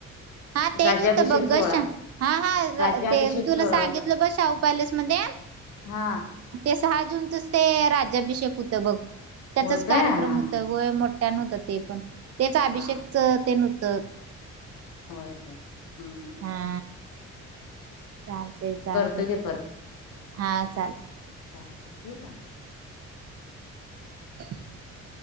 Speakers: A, on the right (about 55°); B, on the left (about 85°).
A: हा तेच
B: राज्याभिषेक
A: होतं बघ
B: सोहळा
A: शा हा हा
B: राज्याभिषेक
A: ते तुला
B: सोहळा
A: सांगितलं ब शाहू पॅलेस मध्ये.
B: हां.
A: ते सहा जूनचच ते राज्याभिषेक होत बघ. त्याचाच
B: होय काय
A: कार्यक्रम
B: हा
A: होत
B: हा.
A: व्हय मोठ्या नवत ते पण तेच अभिषेक
B: हा.
A: ते न त.
B: होय, होय. हम्म
A: हा. चालतय, चालतय.
B: करतो की
A: हा चालतय.
B: ठीवू का.
A: <inaudible>